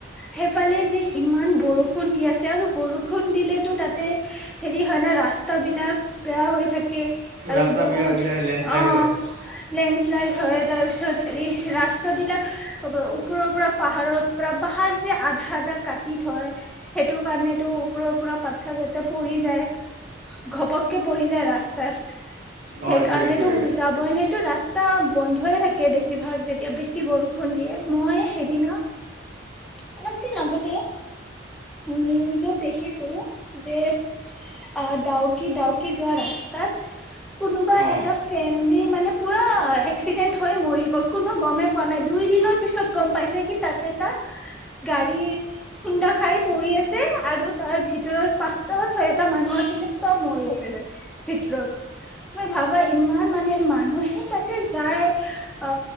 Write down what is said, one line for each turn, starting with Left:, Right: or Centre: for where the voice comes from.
Centre: সেইফালে যে ইমান বৰষুণ দি আছে আৰু বৰষুণ দিলেতো তাতে হেৰি হয় না ৰাস্তাবিলাক বেয়া হৈ থাকে। আৰু
Right: ৰাস্তা
Centre: বহুত
Right: বেয়া হৈ যায় লেণ্ডশ্লাইড
Centre: অ।
Right: হয়
Centre: লেণ্ডশ্লাইড হয়। তাৰ পিছত হেৰি ৰাস্তাবিলাক ওপৰৰ পৰা পাহাৰৰ পৰা পাহাৰ যে আধা আধা কাটি থয়। সেইটো কাৰণেটো ওপৰৰ পৰা পাথৰ পৰি যায় ঘপককে পৰি যায় ৰাস্তাত।
Right: অ
Centre: সেইকাৰণেতো
Right: এইটো এইটোয়ে
Centre: যাবই নটো ৰাস্তা। টা বন্ধয়। থাকে বেছিভাগ যেতিয়া বেছি বৰষুণ দিয়ে, মই সেইদিনা। অলপ দিন আগতে নিউজত দেখিছো যে আহ ডাউকি- ডাউকি যোৱা ৰাস্তাতহ। কোনোবা
Right: অ
Centre: এটা ফেমিলি। মানে পুৰা এক্সিডেণ্ট। হয় মৰি গ'ল। কোনো গমেই পোৱা নাই, দুই দিনৰ পিছত গম পাইছে কি তাতে এটা গাড়ী খুন্দা খাই পৰি আছে। আৰু তাৰ ভিতৰত পাঁচটা বা ছয়টা মানুহ আছিলে চব মৰি আছিলে ভিতৰত মই ভাবা ইমান মানে মানুহে তাতে যায়। অ